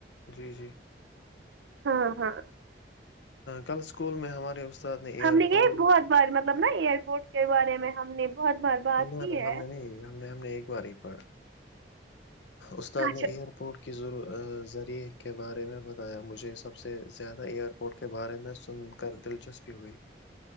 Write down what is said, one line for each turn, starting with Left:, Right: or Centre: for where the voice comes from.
Left: جی جی
Right: ہاں ہاں
Left: کل اسکول میں ہمارے استاد ایئرپورٹ
Right: ہم نے یہ بہت بار مطلب نا ایئر پورٹ کے بارے میں ہم نے بہت بار بات
Left: نہ
Right: کی
Left: نہ
Right: ہے
Left: ہم نے نہیں ہم نے ہم نے ایک بار ہی پڑھا استاد
Right: اچھا
Left: نے ایئرپورٹ کی ر ذریعے کے بارے میں بتایا مجھے اس سب سے زیادہ ایئر پورٹ کے بارے میں سن کر دلچسپی ہوئی